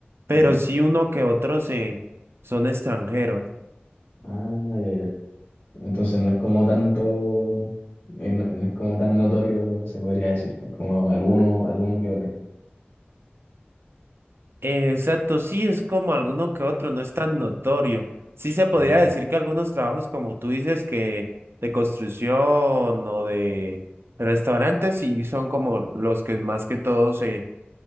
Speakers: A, on the right (about 75°); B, on the left (about 60°).
A: pero
B: Ya.
A: sí uno que otro se son extranjeros.
B: Ah, ya, ya. Entonces no es como tanto, eh, no, no es como tan notorio, se podría decir, es como alguno, alguno que otro.
A: Eh, Exacto, sí es como alguno que otro, no es tan notorio. Sí se podría
B: Mm,
A: decir que algunos trabajos, como tú dices, que de construcción o de restaurantes, sí son como los que más que todo se,